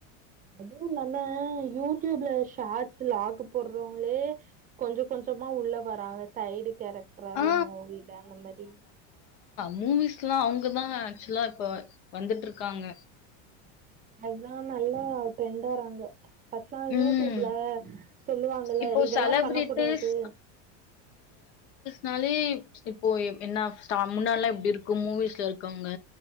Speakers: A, on the right; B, on the left.
A: அதுவு இல்லாம யூட் டியூப்ல ஷாட்ஸ் விளாக் போடுறவங்களே கொஞ்ச கொஞ்சமா உள்ள வராங்க சைடு கேரக்டரவே
B: ஆ
A: மூவில அந்த மாதிரி
B: மூவிஸ் எல்லாம் அவங்கதான் ஆக்சுவலா இப்ப வந்துட்டு இருக்காங்க
A: அதான் நல்லா ட்ரெண்டறாங்க அதா யூடியூப்ல
B: ம்
A: சொல்லுவாங்கல்ல
B: இப்போ
A: இதெல்லா
B: செலபிரிட்டிஸ்
A: பண்ணக் கூடாது
B: னாலே இப்போ என்ன ஸ்டா முன்னால்லாம் எப்டி இருக்கும் மூவிஸ்ல இருக்கவங்க